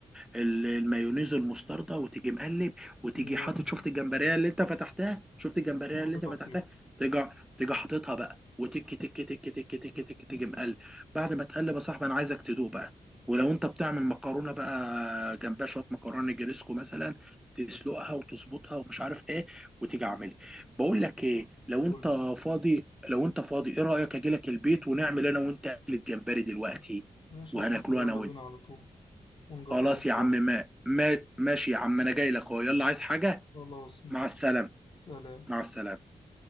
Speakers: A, in the centre; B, on the left.
A: ال- المايونيز والمستردة وتيجي مقلب وتيجي
B: ومودي
A: حاطط شفت الجمبريه اللي انت فتحتها شفت الجمبريه
B: ومحطتها
A: اللي انت فتحتها
B: فيه
A: تيجي تيجي حاططها بقى وتك تك تك تك تك تك تيجي مقلب بعد ما تقلب يا صاحبي انا عايزك تدوق بقى ولو انت بتعمل مكرونه بقى جنبها شويه مكرونه جريسكو مثلا تسلقها وتظبطها ومش عارف ايه وتيجي عاملها بقول لك ايه لو
B: قول
A: انت
B: لي
A: فاضي لو انت فاضي ايه رايك اجي لك البيت ونعمل انا وانت اكل الجمبري دلوقتي
B: ماشي
A: وهناكله
B: يا صاحبي يلا
A: انا وانت
B: بينا على طول ونجربه
A: خلاص يا
B: برضه
A: عم ما ما ماشي يا عم انا جاي لك اهو يلا عايز حاجة
B: خلاص ماشي
A: مع السلامة
B: سلام
A: مع السلامة